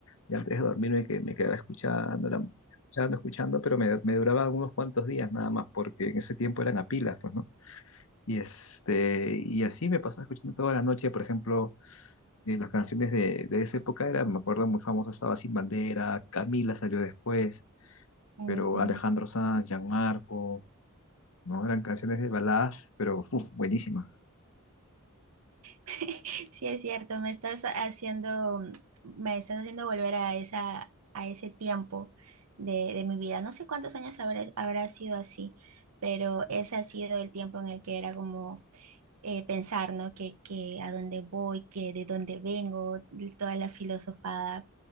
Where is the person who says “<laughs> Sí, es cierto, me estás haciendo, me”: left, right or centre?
Right